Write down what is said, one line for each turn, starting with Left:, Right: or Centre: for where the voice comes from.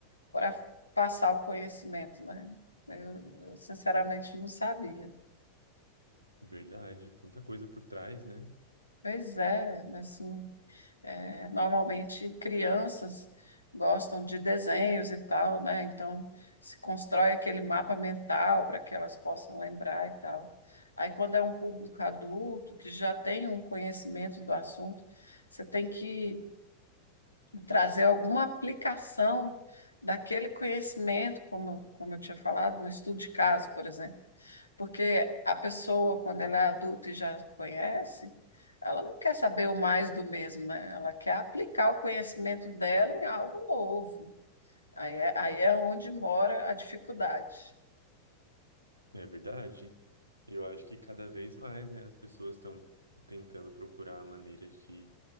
Left: para passar o conhecimento, né? Eu, eu, sinceramente não sabia.
Right: verdade, tanta coisa por trás, né?
Left: Pois é, assim, é, normalmente crianças gostam de desenhos e tal, né? Então se constrói aquele mapa mental para que elas possam lembrar e tal. Aí quando é um público adulto que já tem um conhecimento do assunto, você tem que trazer alguma aplicação daquele conhecimento, como, como eu tinha falado, um estudo de caso, por exemplo. Porque a pessoa, quando ela é adulta e já conhece, ela não quer saber o mais do mesmo, né? Ela quer aplicar o conhecimento dela em algo novo. Aí é, aí é onde mora a dificuldade.
Right: É verdade. Eu acho que cada vez mais, né, as pessoas estão tentando procurar maneiras de